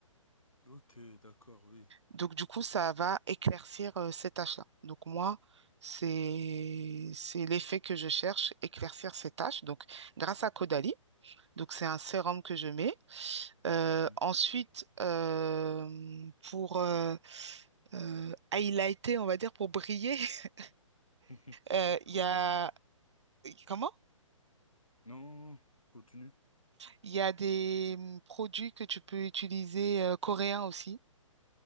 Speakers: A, on the left; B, on the right.
A: Ok, d'accord, oui.
B: Donc, du coup, ça va éclaircir euh, ces tâches-là. Donc, moi, c'est c'est l'effet que je cherche, éclaircir ces tâches. Donc, grâce à Caudalie, donc c'est un sérum que je mets. Euh,
A: Mhm.
B: ensuite, euh, pour euh, euh, highlighter, on va dire, pour briller, <laughs>
A: <laughs>
B: euh,
A: Pour
B: il y a...
A: Williams.
B: Comment?
A: Non, continue.
B: Il y a des hum, produits que tu peux utiliser euh, coréens aussi.